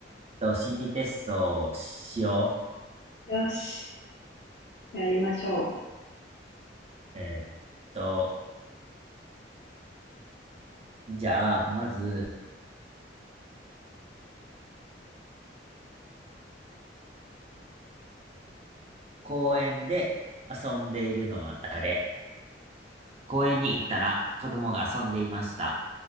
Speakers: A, on the right; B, on the left.
A: えっと、心理テストをしよ
B: よし。やりましょ
A: う。えっと、じゃあ、まず、公園で遊んでいるのは誰公園に行ったら子供が遊んでいました。